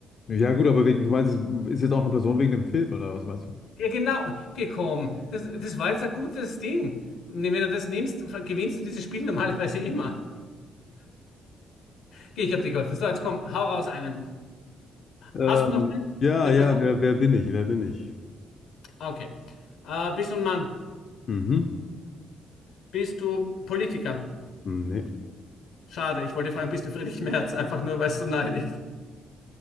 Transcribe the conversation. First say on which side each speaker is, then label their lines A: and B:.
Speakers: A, on the left; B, on the left.
A: Ja, gut, aber wegen, du meinst, es ist jetzt auch eine Person wegen dem Film, oder was meinst du?
B: Ja, genau, gekommen. Das, das war jetzt ein gutes Ding. Nee, Wenn du das nimmst, gewinnst du dieses Spiel normalerweise immer. Okay, ich habe dir geholfen. So, jetzt komm, hau raus einen.
A: Ähm,
B: Hast du noch einen?
A: ja,
B: Eine
A: ja,
B: Person?
A: wer, wer bin ich? Wer bin ich?
B: Okay. Äh, bist du ein Mann?
A: Mhm.
B: Bist du Politiker?
A: Nee.
B: Schade, ich wollte fragen, bist du Friedrich Merz? Einfach nur, weil es so nahe liegt.